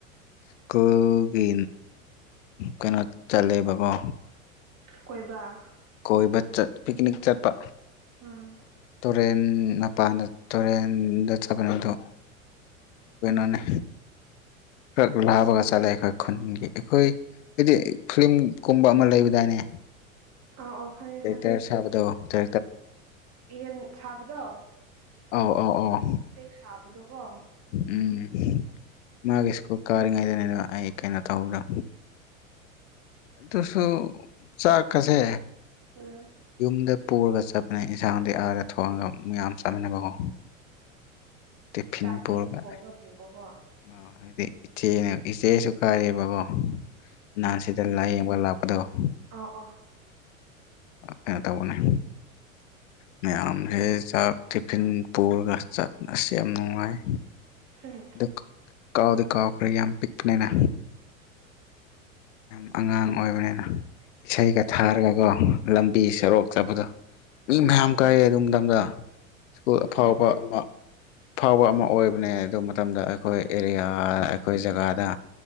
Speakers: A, on the left; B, on the right.
A: ꯁ꯭ꯀꯨꯜꯒꯤ ꯀꯩꯅꯣ ꯆꯜꯂꯦꯕꯀꯣ
B: ꯀꯣꯏꯕ
A: ꯀꯣꯏꯕ ꯆꯠ ꯄꯤꯛꯅꯤꯛ ꯆꯠꯄ
B: ꯑꯝ
A: ꯇꯨꯔꯦꯟ ꯃꯄꯥꯟꯗ ꯇꯨꯔꯦꯟꯗ ꯆꯠꯕꯅꯤ ꯑꯗꯨ ꯀꯩꯅꯣꯅꯦ ꯈ ꯂꯥꯕꯒ ꯆꯠꯂꯦ ꯑꯩꯈꯣꯏ ꯈꯨꯟꯒꯤ ꯑꯩꯈꯣꯏ ꯍꯥꯏꯗꯤ ꯐꯤꯝꯒꯨꯝꯕ ꯑꯃ ꯂꯩꯕꯗꯥꯏꯅꯦ
B: ꯑꯥ ꯑꯣ ꯈꯪꯉꯦ
A: ꯇꯦꯛꯇꯔ ꯁꯥꯕꯗꯣ ꯇ
B: ꯏꯍꯟ ꯁꯥꯕꯗꯣ
A: ꯑꯧ ꯑꯧ ꯑꯧ
B: ꯎꯆꯦꯛ ꯁꯥꯕꯗꯨ ꯀꯣ
A: ꯎꯝ ꯃꯥꯒꯦ ꯏꯁꯀꯨ ꯀꯥꯔꯥꯏꯗꯅꯦ ꯀꯩꯅꯣ ꯇꯧꯕꯗꯣ ꯑꯗꯨꯁꯨ ꯆꯥꯛꯀꯁꯦ
B: ꯎꯝ ꯎꯝ
A: ꯌꯨꯝꯗ ꯄꯨꯔꯒ ꯆꯠꯄꯅꯦ ꯏꯟꯁꯥꯡꯗꯤ ꯑꯥꯗ ꯊꯣꯡꯉꯒꯌꯥꯝ ꯆꯠꯃꯤꯟꯅꯕꯀꯣ ꯇꯤꯐꯤꯟ
B: ꯆꯥꯛꯇꯤ
A: ꯄꯔꯒ
B: ꯊꯣꯡꯉꯒ ꯄꯨꯕꯀꯣ
A: ꯑꯣ ꯍꯥꯏꯗꯤ ꯏꯆꯦꯅ ꯏꯆꯦꯁꯨ ꯀꯥꯏꯔꯦꯕꯀꯣ ꯅꯍꯥꯟꯁꯤꯗ
B: ꯎꯝ
A: ꯂꯥꯏꯌꯦꯡꯒ ꯂꯥꯛꯄꯗꯣ ꯑꯣ
B: ꯑꯣ ꯑꯣ
A: ꯀꯩꯅꯣ ꯇꯧꯕꯅꯦ ꯃꯌꯥꯝ ꯍꯦ ꯆꯥꯛ ꯇꯤꯐꯤꯟ ꯄꯨꯔꯒ ꯆꯠꯁ ꯌꯥꯝ ꯅꯨꯡꯉꯥꯏ
B: ꯎꯝ
A: ꯑꯗꯨ ꯀꯥꯎꯗꯤ ꯀꯥꯎꯈ꯭ꯔꯦ ꯌꯥꯝ ꯄꯤꯛꯄꯅꯤꯅ ꯌꯥꯝ ꯑꯉꯥꯡ ꯑꯣꯏꯕꯅꯤꯅ ꯏꯁꯩꯒ ꯊꯥꯔꯒꯀꯣ ꯂꯝꯕꯤ ꯁꯣꯔꯣꯛ ꯆꯠꯄꯗꯣ ꯃꯤ
B: ꯎꯝ
A: ꯃꯌꯥꯝ ꯀꯥꯏꯔꯦ ꯑꯗꯨꯝꯊꯪꯗ ꯁ꯭ꯀꯨꯜ ꯑꯐꯥꯎꯕ
B: ꯅꯨꯡꯉꯥꯏ
A: ꯑꯃ ꯐꯥꯎꯕ ꯑꯃ ꯑꯣꯏꯕꯅꯦ ꯑꯗꯨ ꯃꯇꯝꯗ ꯑꯩꯈꯣꯏ ꯑꯦꯔꯤꯌꯥ ꯑꯩꯈꯣꯏ ꯖꯒꯥꯗ